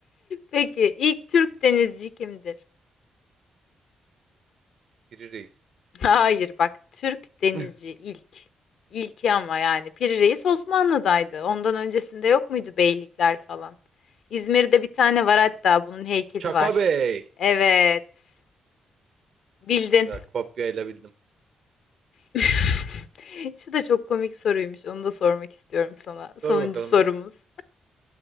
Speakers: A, on the left; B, on the right.
A: Peki ilk Türk denizci kimdir?
B: Biri reis.
A: Hayır bak Türk denizci
B: <laughs>
A: ilk. İlki ama yani Piri Reis Osmanlı'daydı. Ondan öncesinde yok muydu beylikler falan? İzmir'de bir tane var hatta bunun heykeli
B: Çaka
A: var.
B: Bey.
A: Evet. Bildin.
B: Güzel kopyayla bildim.
A: <laughs> Şu da çok komik soruymuş. Onu da sormak istiyorum sana. Sonuncu
B: Sor bakalım
A: sorumuz.
B: bir.